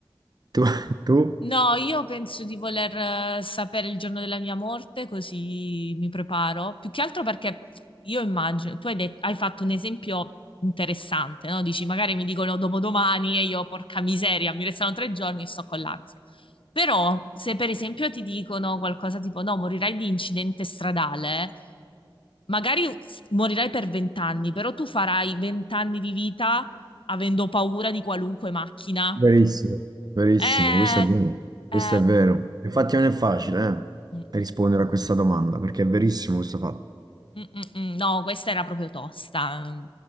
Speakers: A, on the right (about 50°); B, on the left (about 80°).
A: Tu? <laughs> tu?
B: No, io penso di voler eh, sapere il giorno della mia morte, così mi preparo. Più che altro perché io immagino, tu hai det- hai fatto un esempio interessante, no? Dici, magari mi dicono dopodomani e io, porca miseria, mi restano tre giorni e sto con l'ansia. Però, se per esempio ti dicono qualcosa tipo, no, morirai di incidente stradale, magari s- morirai per vent'anni, però tu farai vent'anni di vita avendo paura di qualunque macchina.
A: Verissimo, verissimo,
B: Eh,
A: questo è vero, questo
B: eh,
A: è vero. Infatti non è facile,
B: Mm,
A: eh,
B: mm,
A: rispondere
B: mm.
A: a questa domanda, perché è verissimo questo fatto.
B: Mm, mm, mm. No, questa era proprio tosta. Mm,